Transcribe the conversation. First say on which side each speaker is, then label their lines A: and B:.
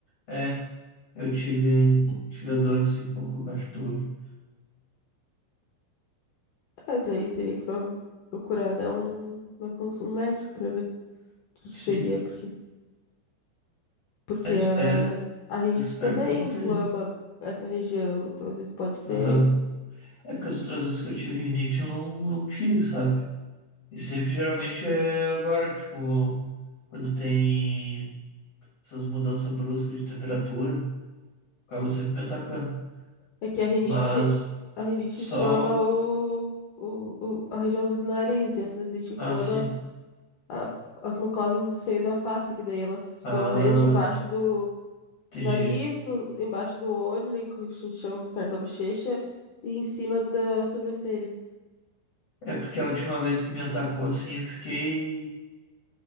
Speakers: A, on the left (about 55°); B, on the left (about 75°).
A: É. Eu tive, tive a dor assim, um pouco abaixo do olho.
B: É, daí teria que pro- procurar, né, um, uma cons- um médico pra ver o que
A: Sim,
B: que seria, porque, porque
A: eu espero,
B: a, a rinite
A: eu espero
B: também
A: que eu não tenha.
B: inflama essa região, então às vezes pode ser.
A: Aham. É porque as outras vezes que eu tive rinite eu não, não tive, sabe? E sempre geralmente é agora, tipo, quando tem essas mudanças bruscas de temperatura, acaba sempre me atacando.
B: É que a rinite,
A: Mas
B: a rinite
A: sol,
B: inflama o, o, o- a região do nariz, e a sinusite inflama
A: ah, sim.
B: a- as mucosas do seio da face, que daí elas
A: Ah,
B: vão desde embaixo do
A: entendi.
B: nariz, o- embaixo do olho, ali, que a gente chama perto da bochecha, e em cima da sobrancelha.
A: É porque a última vez que me atacou assim, eu fiquei,